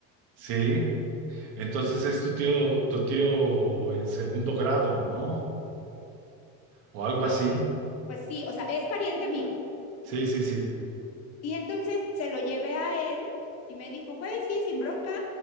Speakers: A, on the right (about 75°); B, on the left (about 45°).
A: sí. Entonces es tu tío, tu tío en segundo grado, ¿no? O algo
B: Ah,
A: así.
B: pues sí, o sea, es pariente mío.
A: Sí, sí, sí.
B: Y entonces se lo llevé a él y me dijo, güey, sí, sin bronca.